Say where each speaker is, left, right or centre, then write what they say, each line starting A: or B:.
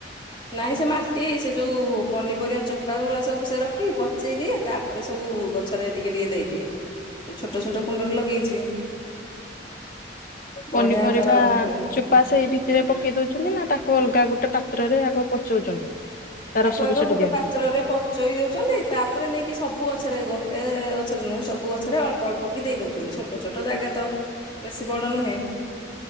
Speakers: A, on the left; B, on the left.
A: ନାଇଁ ସେ ମା ଇ ସେ ଯୋଉ ପନିପରିବା ଚୋପା ଗୁରା ସବୁ ସେ ରଖି ପଚେଇ ଦିଏ ତାପରେ ସବୁ ଗଛରେ ଟିକେ ଟିକେ ଦେଇଦିଏ ଯୋଉ ଛୋଟ ଛୋଟ କୁଣ୍ଡରେ ଲଗେଇଛି ବଢିଆ
B: ପନିପରିବା
A: ତାର ହୁଏ
B: ଚୋପା ସେଇ ଭିତରେ ପକେଇ ଦଉଛନ୍ତି ନା ତାକୁ ଅଲଗା ଗୋଟେ ପା ତ୍ରରେ ଆଗ ପଚଉଛନ୍ତି? ତା
A: ତାକୁ
B: ରସକୁ
A: ଆଗ
B: ସେଠି
A: ଗୋଟେ
B: ଦିଅନ୍ତି
A: ପାତ୍ରରେ ପଚେଇ ଦଉଛନ୍ତି ତାପରେ ନେଇକି ସବୁ ଗଛରେ ଗୋ ଏ ଗଛରେ ନୁହେଁ ସବୁ ଗଛରେ ଅଳ୍ପ ଅଳ୍ପ କି ଦେଇ ଦଉଛନ୍ତି ଛୋଟ ଛୋଟ ଜାଗା ତ ବେଶୀ ବଡ ନୁହେଁ